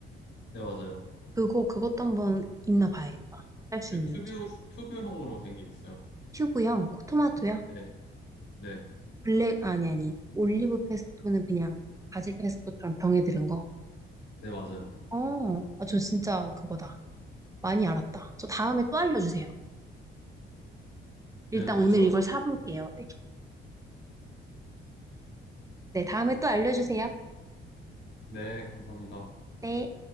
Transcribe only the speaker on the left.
네, 맞아요.
그
튜브, 튜브형으로 된 게 있어요.
네, 네,
네, 맞아요.
네, 좋죠.
네, 감사합니다.